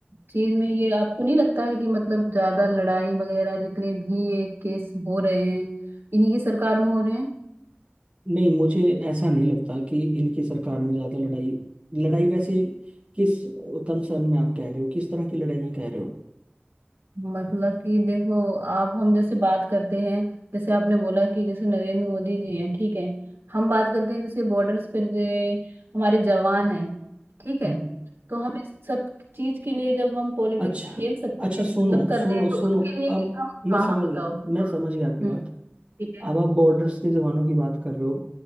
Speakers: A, on the right; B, on the right.
A: चीज में ये आपको नहीं लगता है कि मतलब ज्यादा लड़ाई वगैरह जितने भी ये केस हो रहे हैं इन्हीं की सरकार में हो रहे हैं
B: नहीं मुझे ऐसा नहीं लगता कि इनकी सरकार में ज़्यादा लड़ाई लड़ाई वैसे किस कंसर्न में आप कह रहे हो किस तरह की लड़ाइयाँ कह रहे हो
A: मतलब कि देखो आप हम जैसे बात करते हैं जैसे आपने बोला कि जैसे नरेंद्र मोदी जी हैं ठीक है हम बात करते हैं जैसे बॉर्डर्स पर जो हमारे जवान हैं ठीक है
B: हम्म
A: तो हम इस सब चीज के लिए जब हम पॉलिटिक्स
B: अच्छा
A: खेल सकते
B: अच्छा
A: हैं
B: सुनो
A: मतलब कर
B: सुनो
A: रहे हैं तो
B: सुनो
A: उसके लिए कि
B: अब
A: हम हाँ
B: मैं समझ
A: हाँ बताओ
B: गया
A: हाँ।
B: मैं समझ गया आपकी
A: हम्म।
B: बात
A: ठीक है
B: अब आप बॉर्डर्स के जवानों की बात कर रहे हो